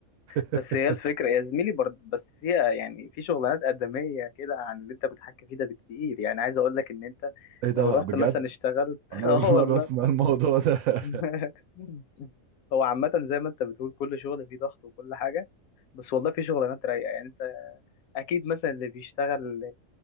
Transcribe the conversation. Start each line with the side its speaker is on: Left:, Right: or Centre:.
Right: <laughs>
Left: بس هي الفكره يا زميلي برضه بس فيها يعني في شغلانات ادميه كده عن اللي انت بتحكي فيه ده بكتير يعني عايز اقول لك ان انت
Right: ايه ده
Left: لو رحت
Right: بجد
Left: مثلا اشتغلت
Right: انا
Left: <laughs> اه
Right: اول
Left: والله
Right: مره اسمع الموضوع ده <laughs>
Left: <laughs> هو عامه زي ما انت بتقول كل شغل فيه ضغط وكل حاجه بس والله في شغلانات رايقه يعني انت اكيد مثلا اللي بيشتغل